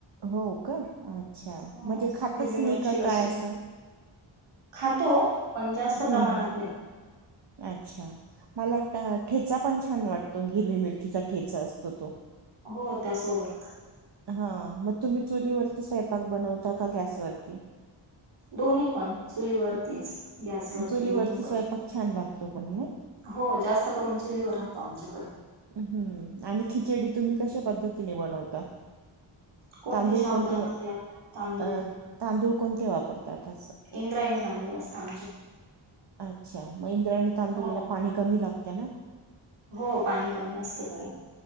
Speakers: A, on the right (about 55°); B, on the right (about 75°).
A: असं अच्छा
B: हो
A: खातच
B: हिरवी
A: नाही
B: मिरची
A: का म्हणजे
B: लसूण खातो पण जास्त
A: हम्
B: प्रमाणात
A: हम्
B: नाही
A: अच्छा मला ठेचा पण छान वाटत हिरवी मिरचीचा ठेचा असतो
B: हो त्याच्यासोबत
A: तुम्ही स्वयंपाक चुलीवरती बनवता का गॅस वरती बनवता
B: गॅसवर पण चुलीवर दोन्हीवर पण गॅस महाग असल्यामुळे
A: चुलीवरचा स्वयंपाक छान लागतो पण ना?
B: चुलीवरती जास्त करतो त्यांच्याकडे
A: तुम्ही खिचडी कशा पद्धतीने बनवता
B: कोणती
A: तांदूळ
B: साबुदाणा
A: कोणते
B: या तांदूळ
A: अ तांदूळ कोणते वापरतात असं
B: आमच्याकडे इंद्रायणी बांधव असते
A: आणि इंद्रायणी तांदळाला
B: हो
A: पाणी पण कमी लागतं
B: हो पाणी कमी लागतं त्याला